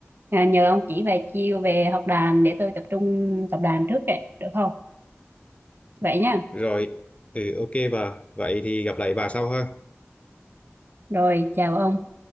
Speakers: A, on the right; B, on the left.
A: à, nhờ ông chỉ vài chiêu về học đàn để tôi tập trung tập đàn trước ấy, được không vậy nha
B: rồi ừ ok bà vậy thì gặp lại bà sau ha
A: rồi chào ông